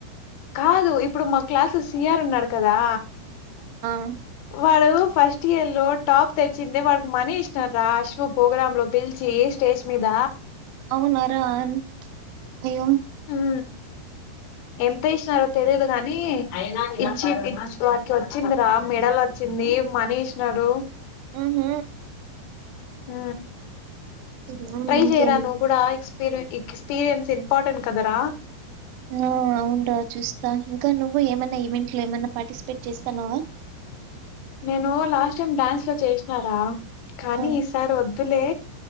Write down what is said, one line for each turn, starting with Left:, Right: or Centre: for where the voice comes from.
Left: కాదు ఇప్పుడు మా క్లాస్ సీఆర్ ఉన్నాడ్ కదా
Right: అ
Left: వాడు ఫస్ట్ ఇయర్ లో టాప్ తెచ్చింది వాడికి మనీ ఇస్థాండ్రా అశ్్వ పోోగ్రామ్ లో పిలిచి స్టేజ్ మీద
Right: అవునా రా అయ్యో
Left: హు ఎంత ఏసినారో తెలియదు గాని అయినా
Right: హ్మ్
Left: ఇచ్చ పిచ్ వారికి వచ్చిందిరా మెడల్ వచ్చింది మనీ ఇసినరు
Right: మ్ హు
Left: హ
Right: హ్మ్
Left: ట్రై
Right: ఇంకేం
Left: చేయరా నువ్వు కూడా రు ఎక్స్పీరియన్స్ ఇంపార్టెంట్ కదరా
Right: ఆ అవును రా చూస్తా ఇంకా నువ్వు ఏమైన్నా ఈవెంట్లు ఏమైన్నా పార్టిసిపేట్ చేస్తాన్నావా
Left: నేను లాస్ట్ టైమ్ డ్యాన్స్ లో చేసినారా కానీ
Right: ఆ!
Left: ఈసారి వదు వద్దులే